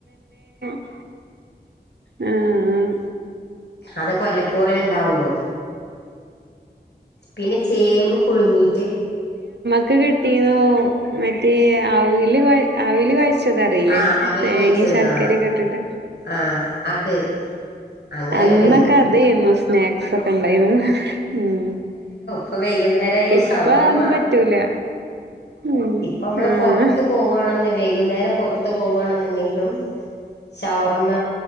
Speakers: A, on the right; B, on the left.
A: ഉം ഉം
B: അതൊക്കെ വല്ലപ്പോളല്ലെ ഇണ്ടാവുള്ളൂ പിന്നെ ചേമ്പ് പുഴുങ്ങീറ്റ്
A: ക്ക് കിട്ടീന്നു മറ്റേ അവ് ല്കൊ അവില് കോയച് ച്ചതറിയില്ലേ
B: ആ അവല്
A: തേങ്ങിം
B: കൊഴിച്ചത്
A: ശർക്കരക്കെ
B: ആ
A: ഇട്ടിട്ട്
B: ആ അത് അങ്ങനെയൊക്കെ
A: അന്നൊക്കെ
B: തിന്നും
A: അതേന്നു സ്നാക്സ് ഒക്കെണ്ടായ്ന്നത് ഉം
B: പവേ വൈകുന്നേരായാ
A: ഇപ്പ
B: ഷവർമ്മ
A: അതൊന്നും പറ്റൂല ഉം
B: ഇപ്പ അമ്മള്
A: ആഹ്
B: പൊറത്ത് പോവാണെന്നേ വൈകുന്നേരം പൊ ത്ത് പോവാണെന്ന്ണ്ടെങ്കിലും ഷവർമ്മ